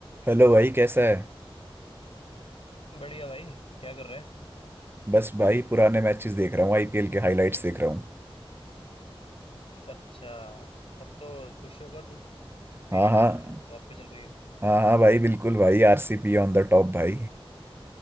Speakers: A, on the right; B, on the left.
A: Hello भाई कैसा है
B: बढ़िया भाई क्या कर रहा है
A: बस भाई पुराने मैचेस देख रहा हूँ आईपीएल के हाइलाइट्स देख रहा हूँ
B: अच्छा तब तो खुश होगा तू तेरी
A: हाँ हाँ
B: टीम टॉप पे चल रही है
A: हाँ हाँ भाई बिल्कुल भाई आरसीपी ऑन द टॉप भाई